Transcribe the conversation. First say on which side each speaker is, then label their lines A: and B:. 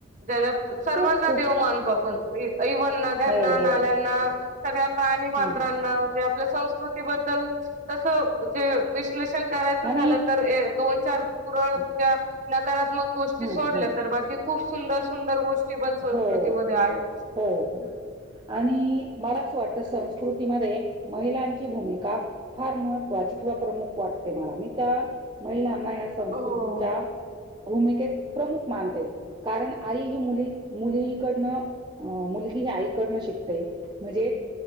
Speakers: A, on the right; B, on the right.
A: जच्यात सर्वांना
B: खूप खूप
A: देव मानतो आपण. इ औवन नद्यांना
B: हो
A: नाल्यांना
B: हो
A: सगळ्या प्राणी मात्रांना
B: हम्म
A: म्हणजे आपल्या स्वंवूस कृतीबद्दल तसं जे विश्लेषण करायचं
B: आणि
A: झालं तर ऐ दोन चार <unintelligible>
B: हम्म
A: नकारात्मक गोष्टी
B: हम्म
A: सोडल्या तर बाकी खूप सुंदर सुंदर गोष्टी पण संस्कृतीमध्ये
B: हो
A: आहेत.
B: हो हो आणि मला असं वाटत. तर संस्कृतीमध्ये महिलांची भूमिका फार महत्त्वाची किंवा प्रमुख वाटते मला मी त्या महिला ना या संस्कृती
A: हो
B: भूमिकेत प्रमुख मानते कारण आई ही मुली मुलीकडनं अ मुलगी ह आईकडन शिकते म्हणजे